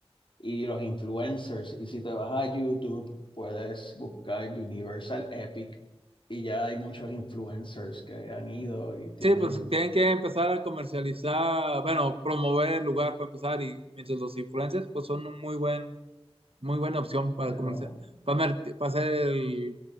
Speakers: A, on the left (about 50°); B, on the right (about 60°).
A: y los influencers. Y si te vas a YouTube, puedes buscar Universal Epic y ya hay muchos influencers que han ido y tienen,
B: Sí, pues tienen que empezar a comercializar, bueno, promover el lugar para empezar y mientras los influencers, pues son un muy buen, muy buena opción para
A: pero...
B: comercial, para, mer- para hacer el